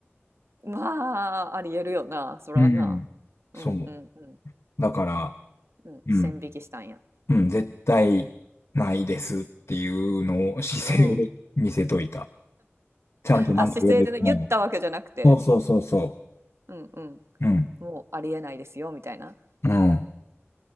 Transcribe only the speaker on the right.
ん。まあ、ありえるよな、そらな。
うんうんうん。
うん、
線引きしたんや。
うん。
あ、姿勢でね、言ったわけじゃなくて。
うんうん。
もうありえないですよ、みたいな。